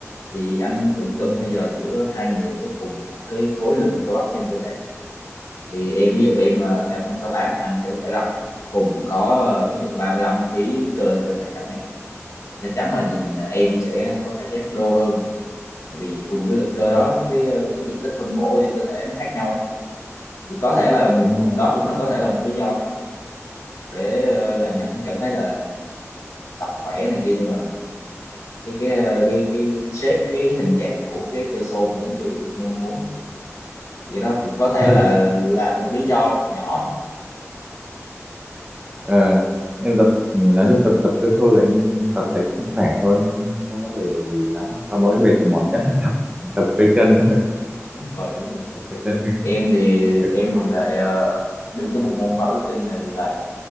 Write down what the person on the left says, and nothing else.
thì anh tưởng tượng
bây giờ giữa hai người có cùng một cái khối lượng cơ bắp trên cơ thể đi. thì em ví dụ em ờ, cao mét sáu tám anh cao mét bảy lăm cùng có ờ, ví dụ 35 kg cơ trên cơ thể chẳng hạn thì chắc chắn là nhìn em sẽ có cảm giác đô hơn tại vì cùng cái lượng cơ
đó cái ờ, cái diện tích phân bổ trên cơ thể nó khác nhau thì có thể là một
đó cũng là có thể là một lý do để ờ, làm
cho anh cảm thấy là tập khỏe này kia nhưng mà mình- cái cái ờ, cái cái, cái shape cái hình dạng của cái cơ xô mình nó chưa có được như mong muốn thì cái đó cũng có thể
là là một lý do nhỏ
đúng rồi đúng rồi
em thì
em
thì lại ờ, bên cái bộ môn powerlifting này thì lại